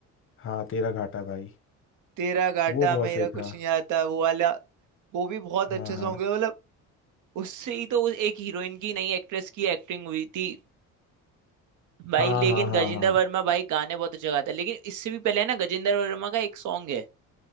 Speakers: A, on the left (about 35°); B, on the right (about 60°).
A: हाँ तेरा घाटा भाई
B: तेरा घाटा
A: वो बहुत
B: मेरा
A: सही था
B: कुछ नहीं आता वो वाला वो भी बहुत
A: हाँ
B: अच्छे
A: हाँ
B: सॉन्ग है मतलब उससे ही तो उस एक हीरोइन की नई एक्ट्रेस की एक्टिंग हुई थी भाई
A: हाँ
B: लेकिन
A: हाँ हाँ हाँ
B: गजेंद्र
A: हाँ
B: वर्मा भाई गाने बहुत अच्छा गाता है लेकिन इससे भी पहले है ना गजेंद्र वर्मा का एक सॉन्ग है